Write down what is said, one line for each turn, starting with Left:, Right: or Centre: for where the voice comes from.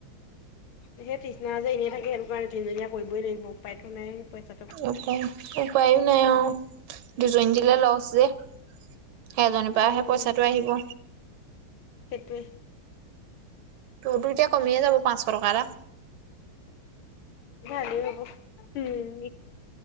Left: এতিয়া তৃষ্ণা যদি এনেই থাকে সেইটো কাৰণে তিনিজনীয়া কৰিবই লাগিব উপায়তো নাই। পইচাটো
Right: উপায় নাই উপায়ো। নাই অ। দুজনী দিলে লছ যে। সেই এজনীৰ পৰাহে
Left: উম
Right: পইচাটো আহিব।
Left: সেইটোৱে।
Right: তোৰতো এতিয়া কমিয়ে যাব পাঁচশ টকা এটা?
Left: ভালেই হ'ব উম।